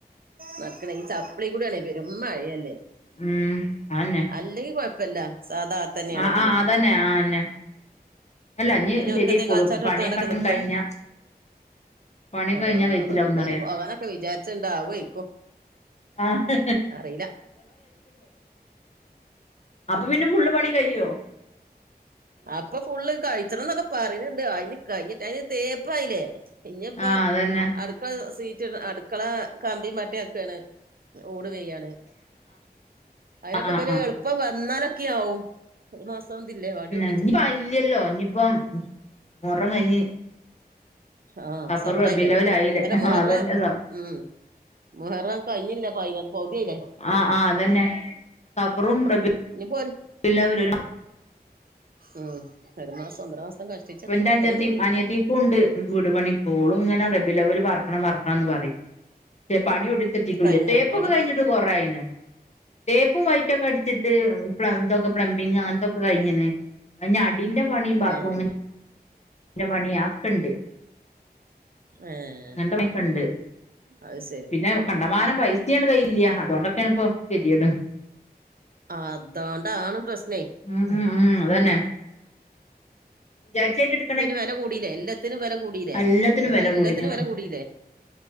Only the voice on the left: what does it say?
ഉം അന്നെ
ആഹ് ആഹ് അതന്നെ ആന്നെ അല്ല ഇഞ്
ശര്യായിക്കോളും
പണിയൊക്കെങ്ങട്
കഴിഞ്ഞ പണിയൊക്കെ
കഴിഞ്ഞാ കഴിച്ചിലാവുന്നറിയാ
ആഹ്
അപ്പ പിന്നെ ഫുള്ള് പണീം കഴിയ്യോ
ആഹ് അതന്നെ
ആഹ് ആഹ്
ആഹ്
ഇഞ്ഞിപ്പ അയ്ല്ല്യല്ലോ ഇഞ്ഞിപ്പം മുഹറം കഴിഞ്ഞ്
സഫർ
റബിലവലായില്ലേ
ആഹ്
അതന്നെ സ
ആഹ് ആഹ് അതെന്നെ. സഫറും റബി
ഉൽ അവ്വലും ഒരു മാ
പ്പന്റെ അഞ്ചത്തി
അനിയത്തിക്കുണ്ട് വീട് പണി ഇപ്പോളും ഇങ്ങനെ റബിൽ അവ്വല് പാർക്കണം പാറർക്കണം ന്ന് പറയും. റ്റെ പണി എവ്ടിം എത്തിട്ടൂല്ല്യ,
തേപ്പൊക്കെ
കഴിഞ്ഞിട്ട് കെറേ ആയിണ്. തേപ്പും വൈറ്റൊക്കെ അട്ച്ചിട്ട് അഹ് പ്ലം തൊക്കെ പ്ലംബിംഗ് അങ്ങൻത്തൊക്കെ കഴിഞ്ഞ്ണ്. ഇഞ് അടിന്റെ പണിം ബാത്റൂമി
ന്റെ പണി അഹ് ഒക്കെണ്ട്
അങ്ങൻത്തെ പണിക്കെണ്ട്
പിന്നെ കണ്ടമാനം പൈസിം ആണ്ട് കയ്യിലില്ല്യ അതോണ്ടൊക്കേണ് ഇപ്പൊ കെത്യേട്
ഉം ഉം ഉം അതന്നെ വിചാരിച്ചാരിണ്ട്
എല്ലാത്തിനും
വില
കൂടി ഉം